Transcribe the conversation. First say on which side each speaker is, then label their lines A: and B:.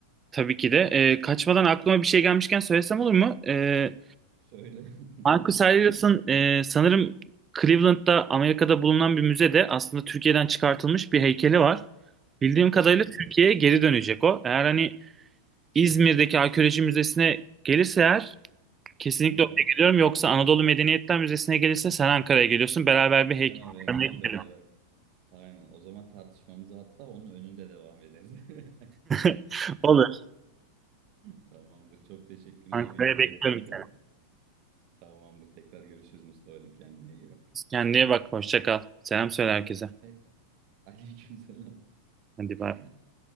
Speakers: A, on the right; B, on the right.
A: Tabii ki de. Ee, kaçmadan aklıma bir şey gelmişken söylesem olur mu? Ee,
B: Söyle. <laughs>
A: Marcus Aurelius'ın e, sanırım Cleveland'da Amerika'da bulunan bir müzede aslında Türkiye'den çıkartılmış bir heykeli var. Bildiğim kadarıyla
B: Tamam.
A: Türkiye'ye geri dönecek o. Eğer hani İzmir'deki arkeoloji müzesine gelirse eğer kesinlikle
B: Hı hı.
A: oraya geliyorum. Yoksa Anadolu Medeniyetler Müzesi'ne gelirse sen Ankara'ya geliyorsun. Beraber bir
B: Ben
A: heykel
B: oraya geliyorum
A: görmeye
B: beraber.
A: gidelim.
B: Aynen. O zaman tartışmamızı hatta onun önünde devam ederiz. <laughs>
A: <laughs> Olur.
B: Tamamdır. Çok teşekkürler
A: Ankara'ya
B: bilgiler
A: bekliyorum
B: için de.
A: seni.
B: Tamamdır. Tekrar görüşürüz Mustafa'cığım. Kendine iyi bak.
A: Kendine bak. Hoşça kal. Selam söyle herkese.
B: Hep. Aleykümselam. <laughs>
A: Hadi bay.